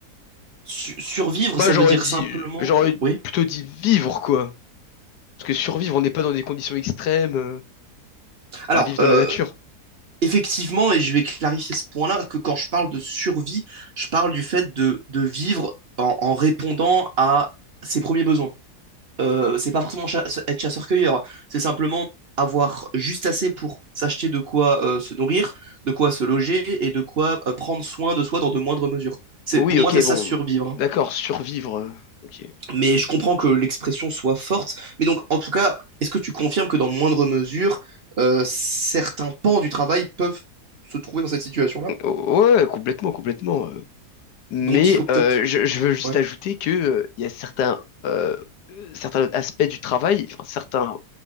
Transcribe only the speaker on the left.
moi
j'aurais
dit,
j'aurais
plutôt dit vivre, quoi. Parce que survivre, on n'est pas dans des conditions extrêmes, euh,
à vivre
dans la nature.
Oui,
ok,
bon,
d'accord, survivre. euh, ok.
O- Ouais, complètement, complètement. euh. Mais
euh, je, je veux juste
ajouter que euh, il y a certains, euh, euh, certains autres aspects du travail, enfin, certains